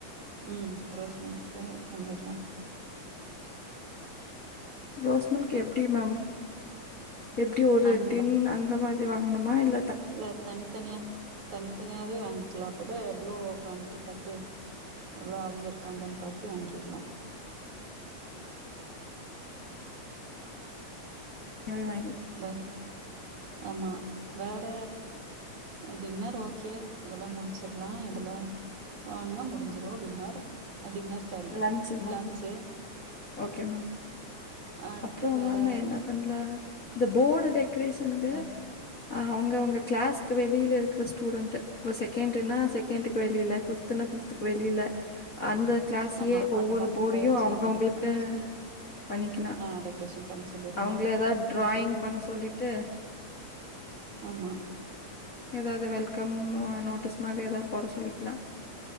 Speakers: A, on the right (about 70°); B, on the left (about 35°).
A: உம் ரோஸ் உங்களுக்குப் பண்ணிற்லாம்
B: ரோஸ்மில்க் எப்டி மேம் எப்டி ஒரு
A: அந்த
B: டின் அந்த மாத் ரி வாங்கணுமா இல்
A: இல்ல தனித்தனியா தனித்தனியாவே வாங்கிக்லாம் அப்போதான் எவ்ளோ குவான்டிடி பாத்து எவ்ளோ ஆளுங்க இருக்காங்கன்னு பாத்து வாங்கிர்லாம்
B: <unintelligible>
A: வே ஆம்மா வேற டின்னர் ஓகே அதெல்லாம் முடிச்சிர்லாம் இதெல்லாம் வாங்குனா முடிஞ்ஜிரு டின்னர் டின்னர் சாரி
B: லஞ்ச்சுமா?
A: லன்ச்சி
B: ஓகே மேம்
A: அடுத்து
B: அப்றோம்
A: வேற
B: மேம் என்ன பண்ணலா இந்த போடு டெக்ரேஷனுக்கே
A: வே
B: ஆ அவுங்க அவுங்க கிளாஸ்க்கு வெளிலே இர்க்ற ஸ்டூடண்ட்டு வ் இவ செகண்ட்டுனா செகண்ட்க்கு வெளிலே ஃபிப்த்துனா ஃபிப்த்துக் வெளிலே அந்த கிளாஸ்
A: ஆமா.
B: எ ஒவ்வொரு
A: அந்த பசங்கள
B: போர்டையு
A: வச்சு
B: அவுங்க
A: பண்ணிக்கலாம்.
B: அவுங்குளுக் ஆ பண்ணிக்கிலா
A: ஆ டெக்கரேஷன் பண்ண சொல்லிருங்க.
B: அவுங்ளே எதா டிராயிங்
A: அப்புறம்
B: பண்ண சொல்லிட்டு
A: ஆமா.
B: <unintelligible> எதாவுது வெல்கம் ஆ நோட்டீஸ் மாதிரி எதா போட சொல்லிக்லா